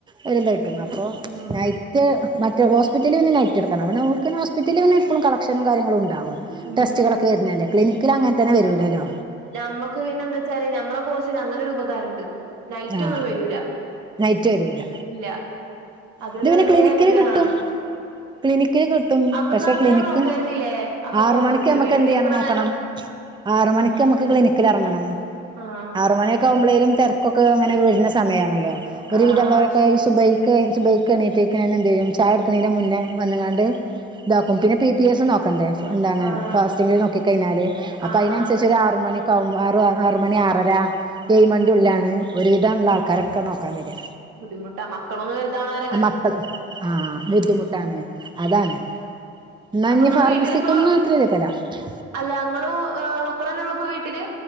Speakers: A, on the right; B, on the right.
A: അയിൽ അല്ലെ കിട്ടും അപ്പോൾ
B: ഉം
A: നൈ റ്റ് മറ്റേ ഹോസ്പിറ്റിൽ പിന്നെ നൈറ്റ്‌ എടുക്കണം അവിടെ ഓൽക്ക് പിന്നെ ഹോസ്പറ്റലിൽ പിന്നെപ്പോഴും കളക്ഷനും കാര്യങ്ങളും ഉണ്ടാവും
B: ഉം
A: ടെസ്റ്റുകളൊക്കെ വരുന്നല്ലേ ക്ലിനിക്കിൽ അങ്ങനെ തന്നെ വരൂല്ലല്ലോ
B: നമ്മുക്ക് പിന്നെ എന്താ വെച്ചാല് നമ്മളെ കോഴസിന് അങ്ങനെ ഒരു ഉപകാരം ഉണ്ട് നൈറ്റ്
A: ആ
B: ഒന്നും വരൂല
A: നൈറ്റ് വരൂല
B: ഇല്ല അതൊരു
A: ഇത് പിന്നെ
B: വല്യ
A: ക്ലിനിക്കില്
B: അനുഗ്രഹാണ്
A: കിട്ടും ക്ലിനിക്കില് കിട്ടും
B: അപ്പൊ
A: പക്ഷെ
B: ന്നാ അങ്ങനെ
A: ക്ലിനിക്ക്
B: നോക്കായിരുന്നില്ലേ അപ്പൊ
A: ആറ് മണിക്ക്
B: വെറുതെ
A: നമ്മുക്ക്
B: വീട്ടിലിരിക്കണ
A: എന്ത് ചെയ്യണം നോക്കണം
B: നേരം
A: ആറ് മണിക്ക് നമുക്ക് ക്ലിനിക്കിൽ ഇറങ്ങണം
B: ആ
A: ആറ് മണി ക്കാവുമ്പളെല്ലും തിരക്കൊക്കെ അങ്ങനെ വരുന്ന സമയാണല്ലോ ഒരുവിധം
B: ആഹ് ആഹ്
A: ഉള്ളവരൊക്കെ
B: ശരിയാ
A: ഈ സുബൈക്ക് സുബൈ ക്ക് എണീപ്പിക്കനെ എന്ത്യ്യും ചായകൊടുക്നെന് മുന്നേ വന്ന്ങ്ങാണ്ട് ഇത്രക്കും പിന്നെ പി പി എസ് നോക്കണ്ടേ എന്താണ്
B: ആഹ്
A: ഫാസ്റ്റിങ്ങ്ന് നോക്കി കഴിഞ്ഞാല് അപ്പൊ
B: ആഹ്
A: അതിനനുസരിച്ച്
B: ആഹ്
A: ഒരു ആറു മണി ക്കാവുമ്പോ ആറ് ആറ് മണി ആറര ഏഴ് മണിന്റെ ഉള്ളിലാണ് ഒരുവിധള്ള ആൾക്കാരൊക്കെ നോക്കാൻ വരിക.
B: ബുദ്ധിമുട്ടാ മക്കളൊന്നു വലുതാവ്ണെ വരെ
A: ആ മക്കൾ ആഹ് ബുദ്ധിമുട്ടാണ് അതാണ് എന്നാഞ്ഞ്
B: അപ്പൊ ഇങ്ങള്
A: ഫാർമസിക്കൊന്നും
B: വീട്ടിലിപ്പോ
A: ഇത്ര' ' <unintelligible>
B: അല്ല ഇങ്ങളും മക്കളും തന്നെ ഒള്ളൂ ഇപ്പൊ വീട്ടില്